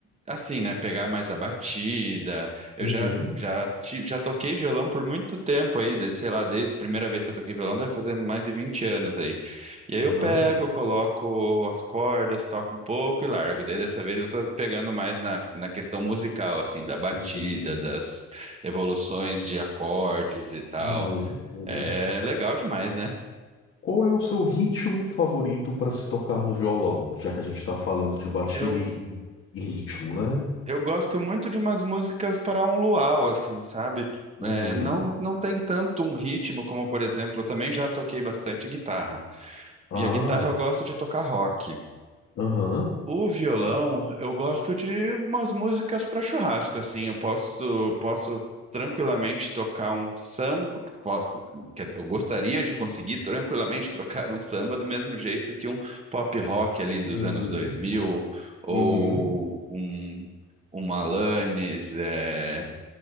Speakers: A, on the right; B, on the left.
A: assim, né? Pegar mais a batida. Eu
B: Uhum.
A: já, já, ti- já toquei violão por muito tempo aí, de- sei lá, desde a primeira vez que eu toquei violão, deve fazer mais de 20 anos aí. E aí
B: Ah,
A: eu pego, coloco as cordas, toco um pouco e largo. Daí dessa vez eu tô pegando mais na, na questão musical, assim, da batida,
B: entendi.
A: das evoluções de acordes e tal.
B: Uhum, uhum.
A: É legal demais, né?
B: Qual é o seu ritmo favorito para se tocar no violão? Já que a gente está falando de batida
A: Eu,
B: e, e- e ritmo, né?
A: eu gosto muito de umas músicas para um luau, assim, sabe?
B: Uhum.
A: É, não, não tem tanto um ritmo como, por exemplo, eu também já toquei bastante guitarra.
B: Ah,
A: E a guitarra eu gosto de tocar rock.
B: aham.
A: O violão eu gosto de umas músicas para churrasco, assim. Eu posso, posso tranquilamente tocar um samba. Posso, quer dizer, eu gostaria de conseguir tranquilamente trocar um samba do mesmo jeito que um pop rock ali dos
B: Uhum.
A: anos 2000 ou
B: Uhum.
A: um, um Alanis. é,